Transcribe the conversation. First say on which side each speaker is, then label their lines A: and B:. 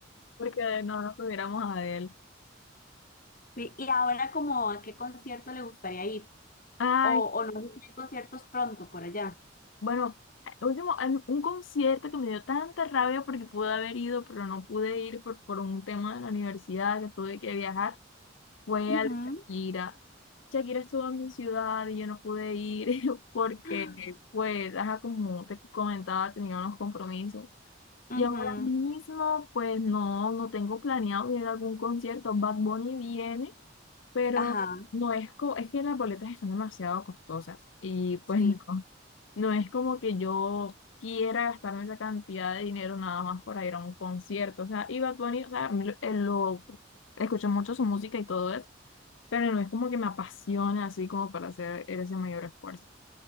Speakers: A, on the left; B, on the left.
A: porque no nos tuviéramos a él.
B: Sí, y ahora como a qué concierto le gustaría ir,
A: Ay.
B: o, o no sé si hay conciertos pronto por allá.
A: Bueno, el último, el- un concierto que me dio tanta rabia porque pude haber ido, pero no pude ir por, por un tema de la universidad que tuve que viajar, fue
B: Ujú,
A: al de Shakira. Shakira estuvo en mi ciudad y yo no pude ir <laughs> porque,
B: <gasps>
A: pues, ajá, como te comentaba, tenía unos compromisos.
B: ujú,
A: Y ahora mismo, pues, no, no tengo planeado ir a algún concierto. Bad Bunny viene, pero
B: Ajá,
A: no es, co- es que las boletas están demasiado costosas y pues
B: sí.
A: no. No es como que yo quiera gastarme esa cantidad de dinero nada más para ir a un concierto. O sea, y Bad Bunny, o sea, a mí lo, eh, lo- escucho mucho su música y todo eso, pero no es como que me apasiona así como para hacer ese mayor esfuerzo.